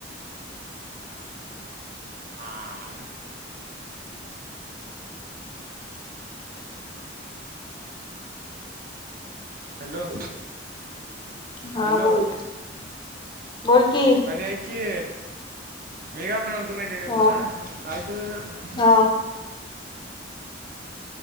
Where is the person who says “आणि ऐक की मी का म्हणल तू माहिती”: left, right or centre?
Right